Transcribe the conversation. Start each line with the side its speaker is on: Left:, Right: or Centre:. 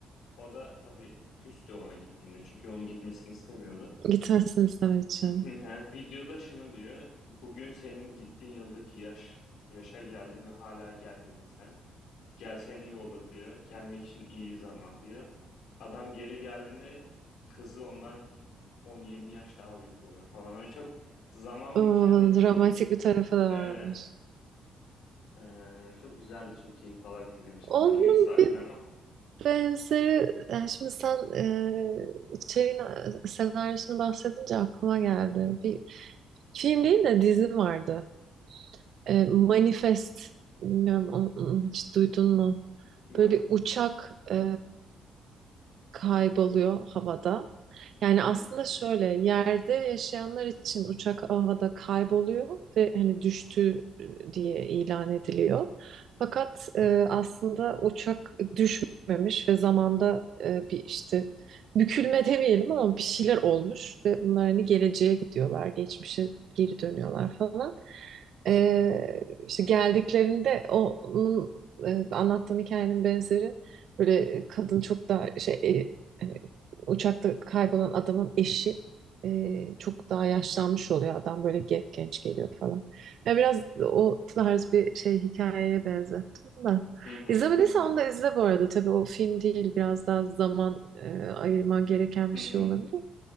Left: O da tabii küstü ona gittiğinde çünkü onun gitmesini istemiyordu.
Right: Gitmesin için.
Left: <laughs> Videoda şunu diyor, bugün senin gittiğin yıldaki yaş, yaşa geldin ve hala gelmedin sen. Gelsen iyi olur diyor. Gelmek için iyi bir zaman diyor. Adam geri geldiğinde kızı ondan 10-20 yaş daha büyük oluyor falan. Öyle çok zaman
Right: O
Left: büken de bir
Right: dramatik
Left: film.
Right: bir tarafı da
Left: Evet.
Right: varmış.
Left: Ee, çok güzeldi. Çok keyif alarak izlemiştim.
Right: Onun
Left: Böyle 3 saatte
Right: bir
Left: ama
Right: benzeri, yani şimdi sen e, içeriğini, senaryosunu bahsedince aklıma geldi. Bir film değil de dizi vardı. E, Manifest, bilmiyorum o- onu hiç duydun mu?
Left: yok.
Right: Böyle bir uçak e, kayboluyor havada. Yani
Left: Hı.
Right: aslında şöyle yerde yaşayanlar için uçak havada kayboluyor ve hani düştü e, diye ilan ediliyor. Fakat e, aslında uçak düşmemiş ve zamanda e, bir işte bükülme demeyelim ama bir şeyler olmuş ve bunlar hani geleceğe gidiyorlar, geçmişe geri dönüyorlar falan. E, işte geldiklerinde onun e, anlattığın hikayenin benzeri Böyle kadın çok daha şey e, hani uçakta kaybolan adamın eşi e, çok daha yaşlanmış oluyor. Adam böyle genç genç geliyor falan. Ya biraz o tarz bir şey hikayeye benzettim da.
Left: Hı hı
Right: İzlemediysen
Left: hı hı.
Right: onu da izle bu arada. Tabii o film değil. Biraz daha zaman e, ayırman gereken
Left: Hı
Right: bir şey
Left: hı.
Right: olabilir.